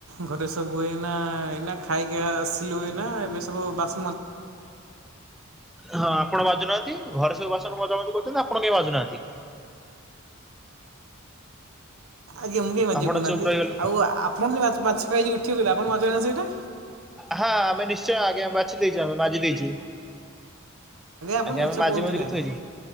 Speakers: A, on the right (about 80°); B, in the centre.
A: ଘରେ ସବୁ ଏଇନା ଏଇନା ଖାଇକି ଆସିଲୁ ଏଇନା ଏବେ ସବୁ ବାସ
B: ହଁ ଆପଣ ମାଜୁନାହାନ୍ତି। ଘରେ ସବୁ ବାସନ ମଜାମଜି କରୁଛନ୍ତି ଆପଣ କେହି ମାଜୁନାହାନ୍ତି
A: ଆଜ୍ଞାଁ ମୁଁ କାଇଁ ମାଜିବି
B: ଆପଣ
A: କହୁନାହାନ୍ତି
B: ଚୁପ୍ ରହିଗଲେ
A: ଆଉ ଆପଣ ଜଉ ମାଛ ଖାଇକି ଉଠିଥିଲେ ଆପଣ ମାଜୁ ନାହାନ୍ତି ସେଇଟା।
B: ହଁ ଆମେ ନିଶ୍ଚୟ ଆଜ୍ଞା ବାଛି ଦେଇଛୁ ଆମେ ମାଜି ଦେଇଚୁ
A: ଆପଣ
B: ଆଜ୍ଞା ଆମେ
A: ମିଛ
B: ମାଜି
A: କୁହନ୍ତୁନି
B: ମୁଜିକି
A: ଆଜ୍ଞା
B: ଥୋଇଚୁ।